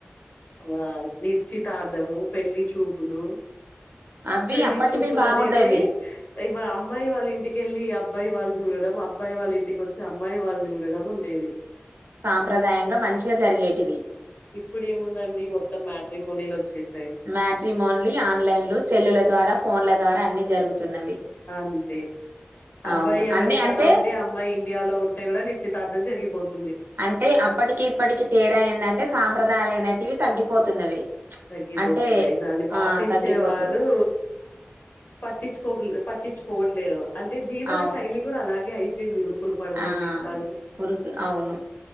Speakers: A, on the left (about 50°); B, on the right (about 65°).
A: ఆ నిశ్చితార్ధము పెళ్లి చూపులు,
B: అవి
A: పెళ్లి
B: అప్పటివి
A: చూపులు
B: బాగుండేవి
A: అనేటివి ఇవ అమ్మాయి వాళ్ళు ఇంటికెళ్ళి అబ్బాయి వాళ్ళు, చూడడం అబ్బాయి వాళ్ళ ఇంటికి వచ్చి అమ్మాయి వాళ్ళు చూడడం ఉండేది.
B: సాంప్రదాయంగా మంచిగా జరిగేటివి.
A: ఇప్పుడు ఏముందండి మొత్తం మ్యాట్రిమోనీలు వచ్చేసాయి.
B: మ్యాటీ మోన్లీ ఆన్లైన్లు సెల్లుల ద్వారా ఫోన్ల ద్వారా అన్ని జరుగుతున్నవి.
A: అంతే అబ్బాయి
B: అవును
A: అమెరికాలో
B: అన్ని అంటే
A: ఉండి అమ్మాయి ఇండియాలో ఉంటే కూడా నిశ్చితార్థం జరిగిపోతుంది.
B: అంటే అప్పటికి ఇప్పటికి తేడా ఏందంటే సాంప్రదాయాలు అయిైనటివి తగ్గిపోతున్నవి.
A: తగ్గిపోతున్నాయి
B: అంటే
A: దాన్ని పాటించేవారు.
B: ఆ తగ్గిపోతున్నా
A: పట్టించుకో పట్టించుకోవట్లేదు అంటే జీవన
B: అవును
A: శైలి, కూడా అలాగే అయిపోయింది ఉరుకులు, పరుగుల
B: ఆ
A: జీవితాలు
B: ఉరుకు అవును.